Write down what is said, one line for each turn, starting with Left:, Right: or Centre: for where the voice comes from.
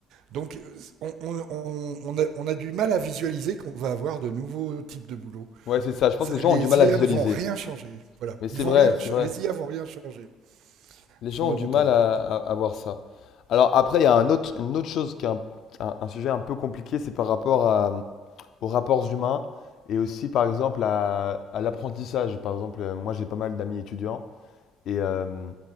Right: Donc on, on, on, on a, on a du mal à visualiser qu'on va avoir de nouveaux types de boulots.
Left: Ouais, c'est ça. Je pense
Right: Ça-
Left: que les gens
Right: Les
Left: ont du mal à
Right: IA
Left: visualiser.
Right: ne vont rien changer, voilà.
Left: Mais c'est
Right: Ils vont
Left: vrai,
Right: rien,
Left: c'est
Right: ch-
Left: vrai.
Right: les IA vont rien changer
Left: Les
Right: fondamentalement.
Left: gens ont du mal à, à- à voir ça. Alors après, il y a un autre, une autre chose qui est un, un- un sujet un peu compliqué, c'est par rapport à- aux rapports humains et aussi par exemple à, à l'apprentissage. Par exemple, euh, moi j'ai pas mal d'amis étudiants et, euh,